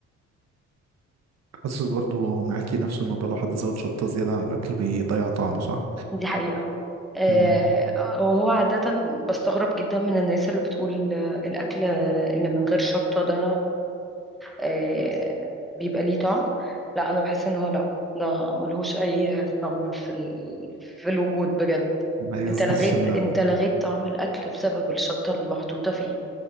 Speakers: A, on the right (about 60°); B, in the centre.
A: حاسس برضو معاكي نفس الموضوع لو حد زود شطة زيادة عن الأكل بيضيع طعمه صح؟
B: دي حقيقة آه،
A: امم
B: وهو عادة بستغرب جدا من الناس اللي بتقول آه، الأكل اللي من غير شطة ده آه، بيبقى ليه طعم لا انا بحس ان هو لا ده ملهوش اي طعم في ال... في الوجود بجد
A: أيوه
B: انت لغيت
A: حاسس إن
B: انت لغيت طعم الاكل بسبب الشطه اللي محطوطه فيه